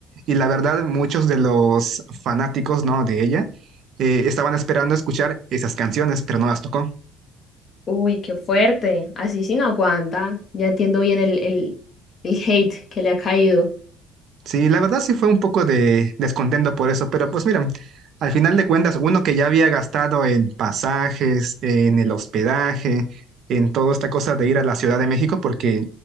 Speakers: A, on the right; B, on the left.
A: Y la verdad, muchos de los fanáticos, ¿no? de ella eh, estaban esperando escuchar esas canciones, pero no las tocó.
B: Uy, qué fuerte. Así sí no aguanta. Ya entiendo bien el, el, el hate que le ha caído.
A: Sí, la verdad sí fue un poco de descontento por eso, pero pues mira, al final de cuentas, uno que ya había gastado en pasajes, en el hospedaje, en toda esta cosa de ir a la Ciudad de México, porque,